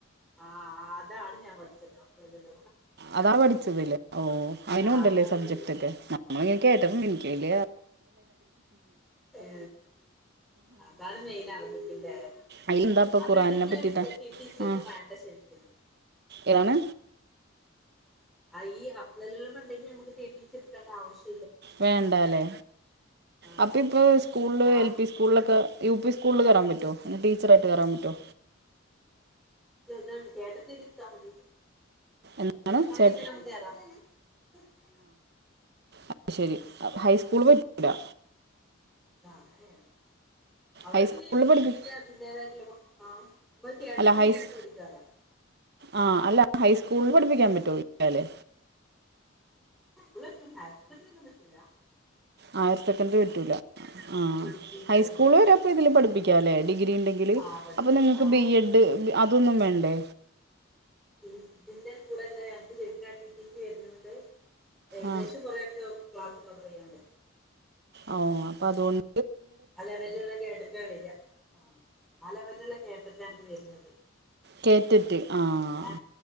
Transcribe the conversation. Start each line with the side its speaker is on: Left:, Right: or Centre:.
Centre: ആ അതാണ് ഞാൻ പഠിച്ചത് അപ്പ എല്ല
Right: അതാ പഠിച്ചതലേ ഓ അയിനും ഉണ്ടല്ലേ
Centre: അതാണ്
Right: സബ്ജെക്റ്റ് ഒക്കെ ന ഇന കേട്ട എനിക്കല്
Centre: ഏ അതാണ് മെയിൻ അറജത്തിന്റെ
Right: അതിലെന്താ ഇപ്പൊ
Centre: അത്
Right: ഖുറാനിനെ
Centre: എന്തെങ്കിലും
Right: പറ്റിട്ടാ
Centre: ടി സി
Right: ആ
Centre: ഒന്നും വേണ്ട ശരിക്കുന്നു
Right: ഏതാണ്
Centre: ആ ഈ അപ്പ്ലള്ളമ ഉണ്ടെങ്കി നമുക്ക് തീട്ടീ എടുക്കേണ്ട ആവശ്യം
Right: വേണ്ടല്ലേ
Centre: ആഹ്
Right: അപ്പ ഇപ്പ സ്കൂള്
Centre: ഞാൻ
Right: എൽ പി സ്കൂളിലൊക്കെ യു പി സ്കൂളിൽ കയറാൻ പറ്റോ ടീച്ചറായിട്ട് കയറാൻ പറ്റോ
Centre: തണ്ട് കേട്ടതിരിത്താൽ മതി
Right: എന്താണ്
Centre: സമയത
Right: ചേ
Centre: ന മതിറ <unintelligible>
Right: അ ശരി ഹൈസ്കൂള് പറ്റിടാ
Centre: ആ അതയാണ് <unintelligible> അവിടെ
Right: ഹൈസ്കൂളിൽ
Centre: പിന്നെയ പിന്നെ
Right: പഠിപ്പി
Centre: അതിറെ അതിന്റേതായിട്ടുള്ള ആമ്മ കേട്ടത്തി
Right: അല്ല
Centre: എന്തേും
Right: ഹൈസ്
Centre: നമക്ക് ഓടിക്കറാം
Right: ആ അല്ല ഹൈസ്കൂളിൽ പഠിപ്പിക്കാൻ പറ്റോ ഇല്ലാലെ
Centre: ഉ ഭാരത്ത കന്നല്ല
Right: ഹയർ സെക്കൻഡറി പട്ടൂല ആ
Centre: പി ജിയും
Right: ഹൈസ്കൂള്
Centre: കാര്യങ്ങളൊക്കെ
Right: വരെപ്പ
Centre: എടുക്കണം
Right: ഇതില് പഠിപ്പിക്ക ക്കല്ലേ ഡിഗ്രി ഉണ്ടെങ്കിൽ
Centre: ആഹ് പഠിപ്പിക്ക
Right: അപ്പൊ നിങ്ങക്ക്
Centre: ആഹ്
Right: ബി
Centre: ആഹ്
Right: എഡ് അതൊന്നും വേണ്ടേ
Centre: ഇതിന്റെ കൂടെല്ല അ ചേ ടി ടി സി വരുന്നുണ്ട് ഏകദേശം
Right: ആ
Centre: കുറെക്കെ ക്ലാസ് കവർ ചെയ്യാണ്ട്
Right: ഓ അപ്പൊ അതൊണ്ട്
Centre: ആ ലെവലിലുള്ള കേട്ടിട്ടാ വരിക ആ ആ ലെവലുള്ള കേറ്റാട്ട് വരുന്നത്
Right: കേട്ടട്ട് ആഹ
Centre: ഞാൻ